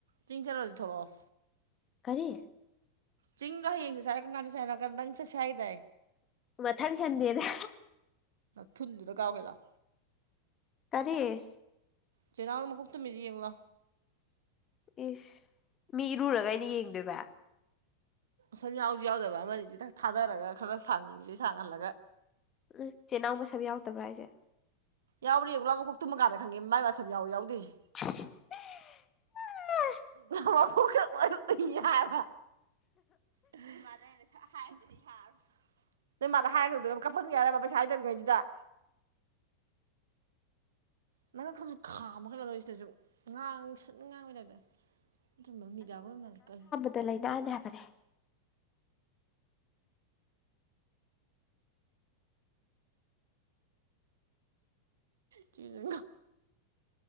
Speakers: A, on the right; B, on the left.
A: ꯆꯤꯡ ꯆꯠꯂꯣꯁꯤ ꯊꯣꯛꯂꯛꯑꯣ
B: ꯀꯔꯤ
A: ꯆꯤꯡꯗꯣ ꯍꯡꯦ ꯍꯥꯏꯔꯛ ꯀꯥꯟꯗꯦ ꯍꯥꯏꯅꯔꯀꯥꯟꯗꯪ ꯆꯠꯦ ꯍꯥꯏꯗꯥꯏ
B: ꯃꯊꯥꯟ ꯁꯗꯤ ꯑꯗ
A: ꯊꯟꯗꯗꯨꯗꯒꯥꯎꯕꯒꯦ
B: ꯀꯔꯤ
A: ꯆꯩꯅꯥꯡ ꯃꯈꯀꯣꯛ ꯇꯨꯝꯃꯤꯁꯦ ꯌꯦꯡꯂꯣ
B: ꯏꯁ ꯃꯤ ꯏꯔꯨꯔꯒ ꯑꯩꯅ ꯌꯦꯡꯗꯣꯏꯕ
A: ꯁꯝ ꯌꯥꯎꯁꯨ ꯌꯥꯎꯗꯕ ꯑꯃꯅꯤ ꯆꯤ ꯊꯥꯗꯔꯒ ꯈꯔ ꯈꯔ ꯁꯥꯡꯁꯦ ꯁꯥꯡꯍꯜꯂꯒ
B: ꯎꯝ ꯆꯦꯅꯥꯎ ꯃꯁꯝ ꯌꯥꯎꯗꯕ꯭ꯔꯥ ꯑꯩꯁꯦ
A: ꯌꯥꯎꯔꯤ ꯒꯂꯥꯕꯣꯛ ꯇꯨꯝꯃꯀꯗ ꯈꯪꯦ ꯃꯥꯏ ꯑꯁ ꯌꯥꯝ ꯌꯥꯎ ꯌꯥꯎꯗꯔꯤꯁꯤ
B: <unintelligible>
A: ꯐ ꯌꯥꯕ ꯎ ꯃꯥꯗꯩꯅ ꯍꯥꯏꯕꯗꯨꯗꯤ ꯍꯥꯏꯔꯣ ꯅꯣꯏ ꯃꯥꯗ ꯍꯥꯏꯔꯒꯗꯅꯝꯞꯐꯠꯨ ꯌꯥꯔꯕ ꯄꯩꯁꯥ ꯍꯥꯏꯗꯣꯏꯔꯤꯉꯩꯗꯨꯗ ꯅꯪ ꯈꯁꯨ ꯈꯥ ꯈꯠꯂꯣꯏꯁꯤꯗꯁꯨ ꯉꯥꯡ ꯁꯠꯅ ꯉꯥꯡꯕꯗꯇ ꯑꯗꯨꯨꯝꯝꯕ ꯃꯤꯗꯤ ꯃꯥꯜꯂ ꯀꯩ
B: ꯑꯗꯨꯣ ꯂꯥꯏꯅꯥꯅꯦ ꯍꯥꯏꯕꯅꯦ
A: ꯆꯤꯖ